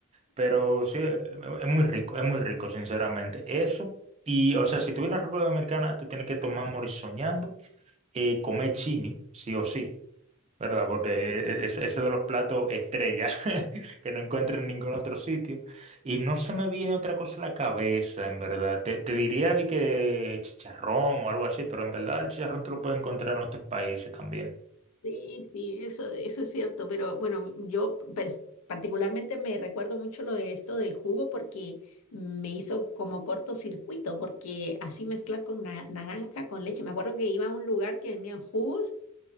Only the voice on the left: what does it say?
Sí, sí, eso, eso es cierto, pero bueno, yo pers- particularmente me recuerdo mucho lo de esto del jugo porque me hizo como cortocircuito, porque así mezclar con na- naranja, con leche. Me acuerdo que iba a un lugar que vendían jugos